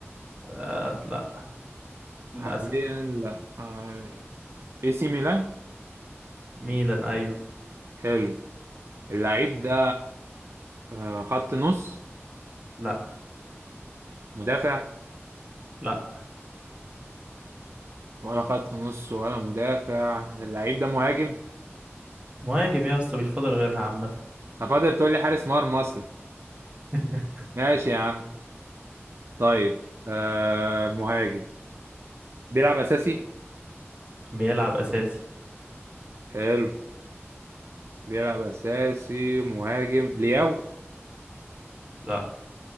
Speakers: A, on the right (about 25°); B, on the right (about 60°).
A: آه لا للاسف
B: حاليا لا آه اي سي ميلان
A: ميلان ايوه
B: حلو اللعيب ده آه، خط نص
A: لا
B: مدافع
A: لا
B: ولا خط نص ولا مدافع اللعيب ده مهاجم
A: مهاجم يا اسطى مش فاضل غيرها عامه
B: انا فاضل تقول لي حارس مرمى اصلا
A: <laughs>
B: ماشي يا عم طيب آه مهاجم بيلعب اساسي
A: بيلعب اساسي
B: حلو بيلعب اساسي مهاجم لياو
A: لا